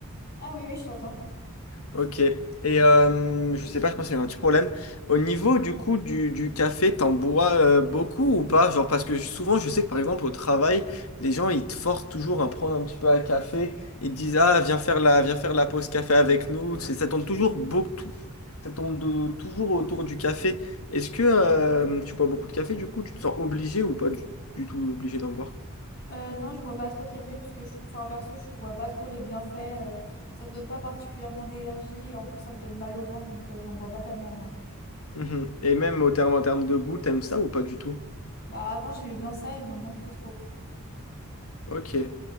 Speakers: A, on the left (about 45°); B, on the left (about 80°).
A: Ah oui, oui, je t'entends.
B: Ok. Et euh, je sais pas, je pense qu'il y a un petit problème. Au niveau du coup du, du café, t'en bois euh, beaucoup ou pas? Genre parce que souvent je sais que par exemple au travail, les gens ils te forcent toujours à prendre un petit peu à café et te disent ah viens faire la viens faire la pause café avec nous. C'est- Ça tourne toujours beaucoup, ça tourne de- toujours autour du café. Est-ce que euh, tu bois beaucoup de café du coup? Tu te sens obligé ou pas du, du tout obligé d'en boire?
A: Euh, non, je bois pas trop de café parce que je trouve, enfin perso, je vois pas trop les bienfaits. euh, ça me donne pas particulièrement d'énergie et en plus ça me donne mal au ventre, donc euh, j'en bois pas tellement en vrai.
B: Mhm. Et même au terme en termes de goût, t'aimes ça ou pas du tout?
A: Bah avant j'aimais bien ça et maintenant plus trop.
B: Ok.